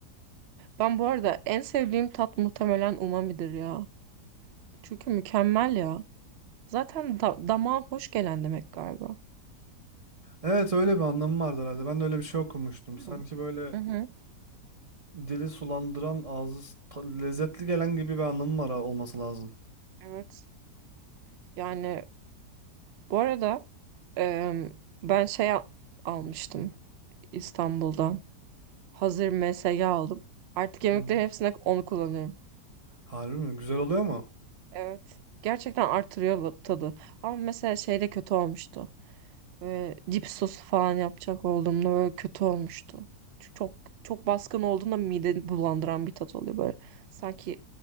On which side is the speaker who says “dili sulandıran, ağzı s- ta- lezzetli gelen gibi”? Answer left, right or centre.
Right